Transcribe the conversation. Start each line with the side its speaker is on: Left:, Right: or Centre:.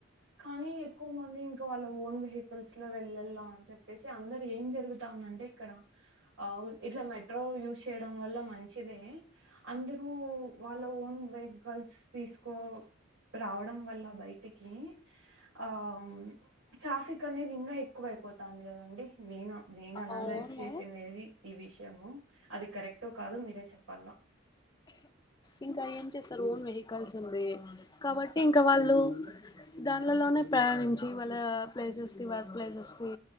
Right: కానీ ఎక్కువ మంది ఇంకా వాళ్ళ ఓన్ వెహికల్స్ లో వెళ్ళళ్ల అని చెప్పేసి అందరు ఏం జరుగుతా ఉందంటే ఇక్కడ అవ్ ఇట్లా మెట్రో యూస్ చేయడం వల్ల మంచిదే అందరూ వాళ్ళ ఓన్ వెహికల్స్ తీసుకో రావడం వల్ల బయటికి ఆం ట్రాఫిక్ అనేది ఇంగా ఎక్కువైపో తాంది కదండి నేను నేను అనలైజ్
Left: అవును
Right: చేసినది ఈ విషయము అది కరెక్టో కాదు మీరే చెప్ ప్పల్ల
Left: ఇంకా ఏం చేస్తారు ఓన్ వెహికల్స్ ఉంది కాబట్టి ఇంకా వాళ్ళు దాంట్లల్లోనే ప్రయాణించి వాళ్ళ ప్లేసెస్ కి వర్క్ ప్లేసెస్ కి